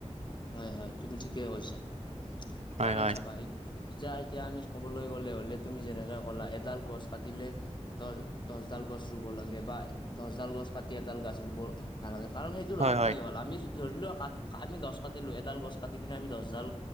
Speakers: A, on the left; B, on the right.
A: হয় হয় তুমি ঠিকে কৈছা,
B: হয়
A: কাৰণ
B: হয়
A: চাবা এতিয়া - এতিয়া আমি কবলৈ গলে হলে তুমি যেনেকে ক'লা এডাল গছ কাটিলে দছ - দছ ডাল গছ ৰুব লাগে বা দছ ডাল গছ কাটি এডাল গছ ৰুব নালাগে কাৰণ সেইটো
B: হয়
A: লাভ কি হ'ল আমি ধৰি লোৱা কাট কাট আমি গছ কাটিলো এডাল গছ কাটি কিনে আমি দছডাল